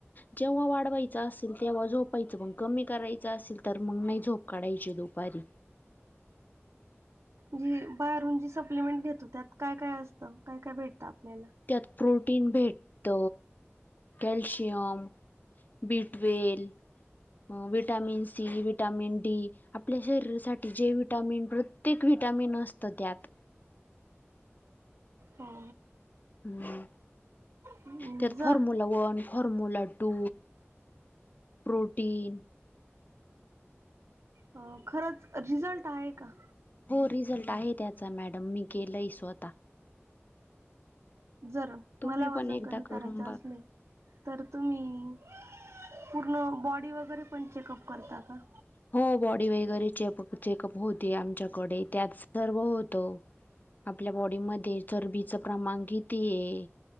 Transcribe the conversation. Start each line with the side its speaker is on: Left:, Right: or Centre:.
Left: जेव्हा वाढवायच असेल तेव्हा झोपायचं मग कमी करायचं असेल तर मग नही झोप काढाय ची दुपारी
Right: जी बाहेरून जी सप्लिमेंट घेतो त्यात काय काय असतं काय काय भेटतं आपल्याला
Left: त्यात प्रोटीन भेटत कॅलशियम, बिटवेल विटॅमिन सी, विटॅमिन डी आपल्या शरीरासाठी जे विटॅमिन प्रत्येक विटॅमिन असत त्यात
Right: हो
Left: हूं
Right: हो
Left: त्यात
Right: जर
Left: formula one formula two protein
Right: अ, खरंच रिझल्ट आहे का?
Left: हो रिझल्ट आहे त्याचा मॅडम मी केलंय स्वता
Right: जर
Left: तुम्ही
Right: मला
Left: पण
Right: वजन
Left: एकदा
Right: कमी
Left: करून
Right: करायचं
Left: बघा
Right: असले तर तुम्ही पूर्ण बॉडी वगैरे पण चेकअप करता का?
Left: हो बॉडी वगैरे चेपक चेकअप होते आमच्याकडे त्यात सर्व होतं. आपल्या बॉडीमध्ये चरबीचं प्रमाण किती हे?